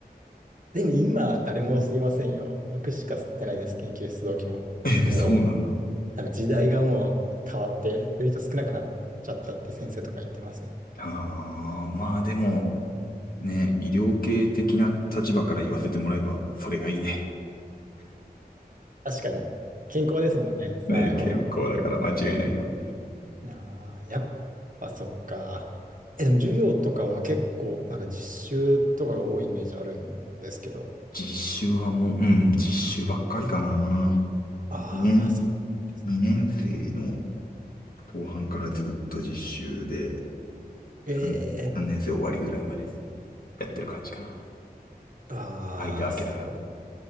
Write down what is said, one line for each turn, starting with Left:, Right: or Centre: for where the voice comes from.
Right: でも今、誰もすいませんよ。僕しか吸ってないです、研究室同期も。
Left: ええ、
Right: もう、
Left: そうなんだ。
Right: 多分時代がもう変わって、そういう人少なくなっちゃったって先生とか言ってますね。
Left: ああ、まあでも、ね、医療系的な立場から言わせてもらえば、それがいいね。
Right: 確かに。健康ですもんね、
Left: <laughs>
Right: 吸わない方が。
Left: ね、健康だから間違いないよ。
Right: ああ、やっぱそっか。え、でも授業とかも結構、なんか実習とかが多いイメージあるんですけど。
Left: 実習はもう、うん、実習ばっかりかな。
Right: ああ、
Left: 2年、
Right: そうです
Left: 2年生の後半からずっと実習で、3、
Right: ね。
Left: 3年生終わりぐらいまで
Right: ええ
Left: やってる感じかな。
Right: ああ、
Left: 間空けながら。
Right: すごい。